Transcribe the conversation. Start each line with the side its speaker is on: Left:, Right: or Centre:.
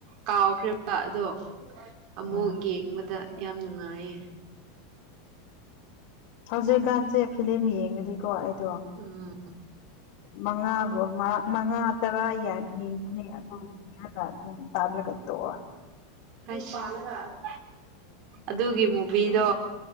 Right: ꯀꯥꯎꯈ꯭ꯔꯤꯕ ꯑꯗꯣ ꯑꯃꯨ
Left: ꯎꯝ
Right: ꯌꯦꯡ ꯑꯃꯗ ꯌꯥꯝ ꯅꯨꯡꯉꯥꯏꯌꯦ
Left: ꯍꯧꯖꯤꯦ ꯀꯥꯟꯁꯦ ꯐꯤ ꯌꯦꯡꯉꯨꯗꯤꯀꯣ ꯑꯩꯗꯣ
Right: ꯎꯝ
Left: ꯃꯉꯥꯒꯨꯝ ꯃꯉꯥ ꯃꯉꯥ ꯇꯔꯥ ꯌꯦꯡꯒꯅꯦ ꯑꯗꯣ ꯌꯦꯡꯉꯒ ꯑꯗꯨꯝ ꯇꯥꯜꯂꯒ ꯇꯣꯛꯑꯣ
Right: ꯑꯁ ꯑꯗꯨꯒꯤ ꯃꯨꯚꯤꯗꯣ